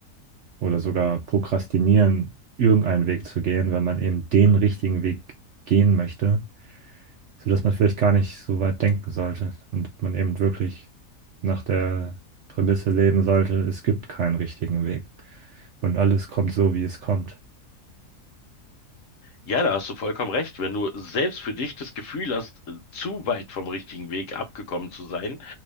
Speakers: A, on the right (about 65°); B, on the left (about 60°).
A: oder sogar prokrastinieren, irgendeinen Weg zu gehen, weil man eben den richtigen Weg gehen möchte, sodass man vielleicht gar nicht so weit denken sollte und man eben wirklich nach der Prämisse leben sollte, es gibt keinen richtigen Weg und alles kommt so, wie es kommt.
B: Ja, da hast du vollkommen recht. Wenn du selbst für dich das Gefühl hast, äh, zu weit vom richtigen Weg abgekommen zu sein,